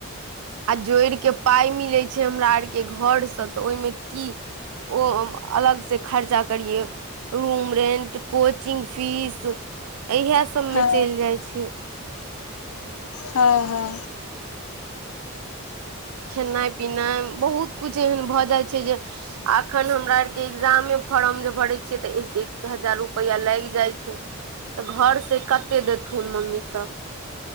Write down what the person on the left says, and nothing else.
हँ
हँ हँ